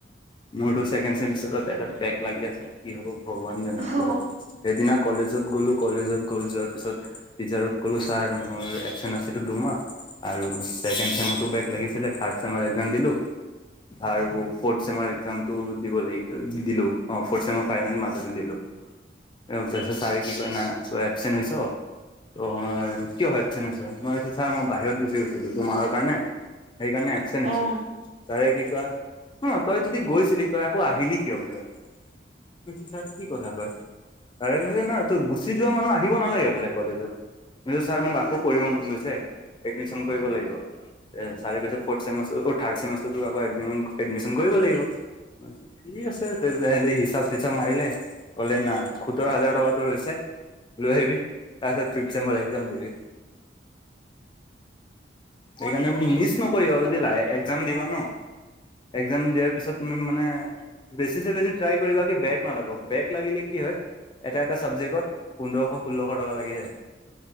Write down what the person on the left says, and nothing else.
মোৰটো ছেকেণ্ড ছেমিষ্টাৰত এটাত বেক লাগি আছে কি হ'ব ভগৱান জানে
সেইটো আৰু, সেইদিনা কলেজত গ'লো কলেজত গৈ যোৱাৰ পিছত টিচাৰক ক'লো ছাৰ মোৰ এবচেন্ট আছিলোঁ দুমাহ। আৰু ছেকেণ্ড ছেম'টো বেগ লাগিছিলে, ৰ্থাড ছেমত এক্সাম দিলোঁ। আৰু ৰ্ফ'থ ছেমৰ এক্সামটো দিব লাগি দিলোঁ অ, ৰ্ফথ ছেমৰ ফাইনেল মাজতে দিলোঁ। এও তাৰপিছত ছাৰে কি কয়, না না তই এবচেণ্ট হৈছ তই কিয় এবচেণ্ট আছ, মই কৈছো ছাৰ মই বাহিৰত গুচি গৈছিলোঁ দুমাহৰ কাৰণে। সেইকাৰণে এবচেণ্ট হৈছোঁ,
ছাৰে কি চোৱা, অ, তই যদি গৈছিলি তই আকৌ আহিলি কিয় বোলে, মই কৈছো ছাৰ কি কথা কয়, ছাৰে কৈছে ন' তো গুচি যোৱা মানুহ আহিব নালাগে বোলে কলেজত। <unintelligible> ছাৰ মোক আকৌ পঢ়িব মন গৈছে, এডমিশন কৰিব লাগিব। ছাৰে কৈছে ফ'ৰ্থ ছেমিষ্টাৰ অ, থাৰ্ড চেমেষ্টাৰটো আকৌ এডমিন এডমিশন কৰিব লাগিব, মই কৈছোঁ ঠিক আছে। সিহঁতে হিচাপ তিচাপ মাৰিলে, কলে না সোতৰ' হাজাৰ টকা তোৰ হৈছে। লৈ আহিবি, তাৰপিছত ফিফট ছেমত একজাম দিবি।
সেইকাৰণে মিচ নকৰিবা বুজিলা এক্জাম দিবা ন, একজাম দিয়াৰ পিছত তুমি মানে, বেছিছে বেছি ট্ৰাই কৰিবা কি বেগ নালাগক বেগ লাগিলে কি হয় এটা এটা ছাবজেক্টত, পোন্ধৰশ ষোল্লশ টকা লাগি যায়,